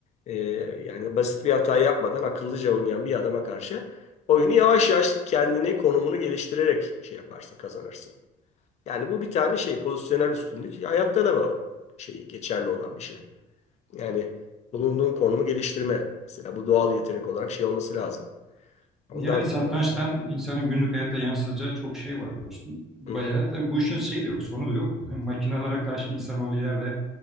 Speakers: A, on the left (about 40°); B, in the centre.
A: e, yani basit bir hata yapmadan akıllıca oynayan bir adama karşı oyunu yavaş yavaş kendini konumunu geliştirerek şey yaparsın kazanırsın. Yani bu bir tane şey pozisyonel üstünlük hayatta da bu şey geçerli olan bir şey. Yani bulunduğun konumu geliştirme mesela bu doğal yetenek olarak şey olması lazım. Ondan
B: Yani
A: sonra.
B: satrançtan insanın günlük hayata yansıtacağı çok şey var dostum. Bayağı
A: Hı hı.
B: tabii bu işin şeyi de yok, sonu da yok. <laughs> Makinalara karşı insanoğlu yerde